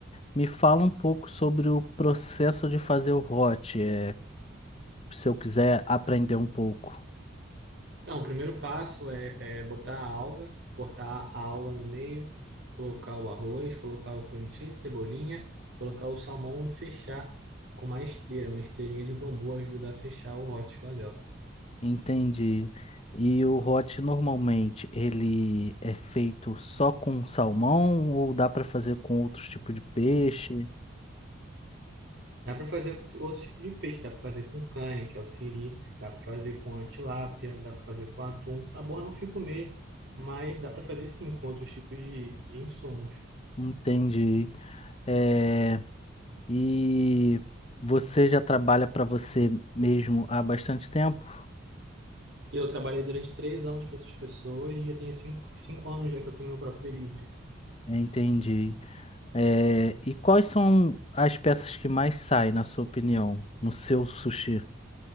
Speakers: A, on the left; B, on the right.
A: me fala um pouco sobre o processo de fazer o hot, é, se eu quiser aprender um pouco.
B: Então, o primeiro passo é, é botar a alga, cortar a alga no meio, colocar o arroz, colocar o cream cheese, cebolinha, colocar o salmão e fechar com uma esteira. Uma esteirinha de bambu ajuda a fechar o Hot Philadelphia.
A: Entendi. E o hot normalmente ele é feito só com salmão ou dá para fazer com outros tipos de peixe?
B: Dá para fazer com outro tipo de peixe, dá para fazer com cane, que é o siri, dá para fazer com a tilápia, dá para fazer com atum. O sabor não fica o mesmo, mas dá para fazer sim com outros tipos de, de insumos.
A: Entendi. É, e você já trabalha para você mesmo há bastante tempo?
B: Eu trabalhei durante três anos para outras pessoas e já tenho cinco, cinco anos já que eu tenho meu próprio delivery.
A: Entendi. É, e quais são as peças que mais saem, na sua opinião, no seu sushi?